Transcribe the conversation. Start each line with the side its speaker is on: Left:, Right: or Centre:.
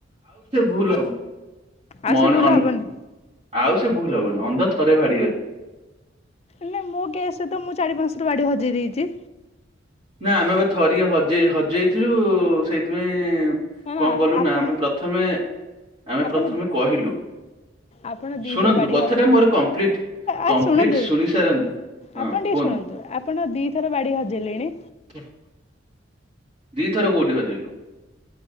Right: ଆଉ ସେ ଭୁଲ ହବନି।
Left: ଆଉ
Right: ମନ୍ଅ
Left: ସେ ଭୁଲ ହବନି
Right: ଆଉ ସେ ଭୁଲ ହବନି। ଅନ୍ଧ ଥରେ ଭାଡି ହଜା।
Left: ନାଇଁ ମୋ କେସେରେ ତମୁଁ ଚାରି ପାହାସ ଥର ବାଡି ହଜେଇ ଦେଇଛି।
Right: ନା ଆମେ ଏବେ ଥରିଏ। ହଜେଇ ଇ ହଜେଇ ଇଥିଲୁ ସେଇଥିପାଇଁ।
Left: ହେଲା
Right: କଣ କଲୁ
Left: ଆପଣ
Right: ନା। ଆମେ ପ୍ରଥମେ, ଆମେ
Left: ଆପଣ
Right: ପ୍ରଥମେ କହିଲୁ।
Left: ଆପଣ ଦିଥର
Right: ଶୁଣନ୍ତୁ?
Left: ବାଡ଼ି
Right: କଥା
Left: ହ
Right: ଟା ମୋର କମ୍ପ୍ଲିଟ।
Left: ଆ
Right: କମ୍ପ୍ଲିଟ
Left: ଶୁଣନ୍ତୁ
Right: ଶୁଣି ସାରନ୍ତୁ ହଁ
Left: ଆପଣ ଟିକେ
Right: କୁହନ୍ତୁ।
Left: ଶୁଣନ୍ତୁ ଆପଣ ଦିଥର ବାଡି ହଜେଇଲେଣି?
Right: <inaudible> ଦିଥର କୋଉଟି ହଜେଇଲୁ